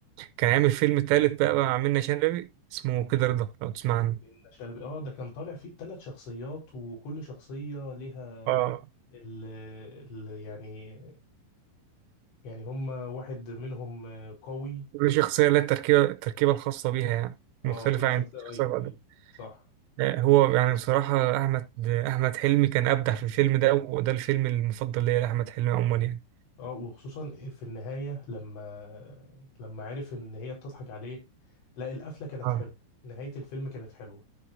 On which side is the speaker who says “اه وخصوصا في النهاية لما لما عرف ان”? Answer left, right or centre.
Left